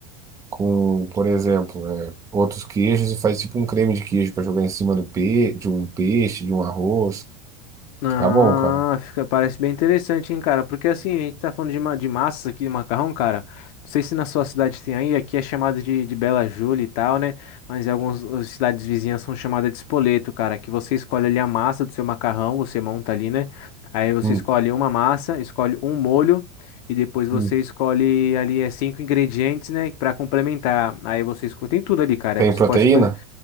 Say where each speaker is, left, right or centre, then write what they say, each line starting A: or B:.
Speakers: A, on the right; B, on the left.
A: com, por exemplo, é, outros queijos e faz tipo um creme de queijo para jogar em cima do pe de um peixe, de um arroz.
B: Ah,
A: Fica bom, cara.
B: fica, parece bem interessante, hein, cara? Porque assim, a gente tá falando de, ma de massas aqui, de macarrão, cara. Não sei se na sua cidade tem aí, aqui é chamado de, de Bela Júlia e tal, né? Mas em algumas as cidades vizinhas são chamadas de espoleto, cara. Que você escolhe ali a massa do seu macarrão, você monta ali, né? Aí você
A: Hum,
B: escolhe uma massa, escolhe um molho e depois você
A: hum.
B: escolhe ali é, cinco ingredientes, né? Pra complementar. Aí você escolhe, tem tudo ali, cara.
A: Tem
B: Aí você
A: proteína?
B: pode escolher.